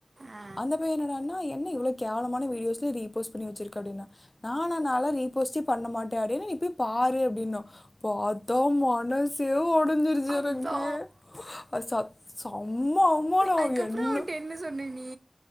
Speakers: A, on the right; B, on the left.
A: ஆ
B: அந்த பைய என்னடான்னா என்ன இவ்ளோ கேவலமான வீடியோஸ்ஸ ரீபோஸ்ட் பண்ணி வச்சிருக்க அப்டின்னா நா லா நா லா ரீபோஸ்ட்டே பண்ண மாட்டே அப்டின்னு நீ போய் பாரு அப்படின்னா பார்த்தா ம மனசே ஓடஞ்சிரு சிருக்கு
A: அதா
B: ச செம்ம அவ்மானோ
A: அதுக்கப்புறோ
B: என்ன
A: அவன்ட்ட என்ன சொன்ன நீ